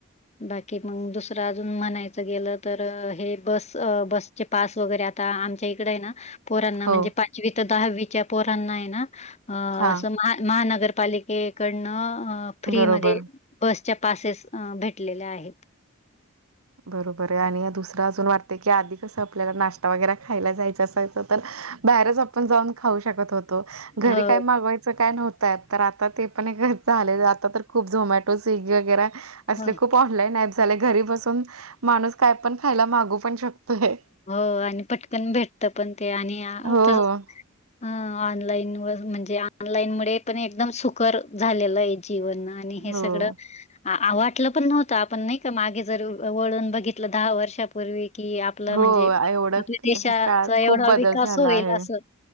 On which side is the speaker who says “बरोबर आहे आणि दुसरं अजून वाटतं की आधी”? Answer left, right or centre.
Right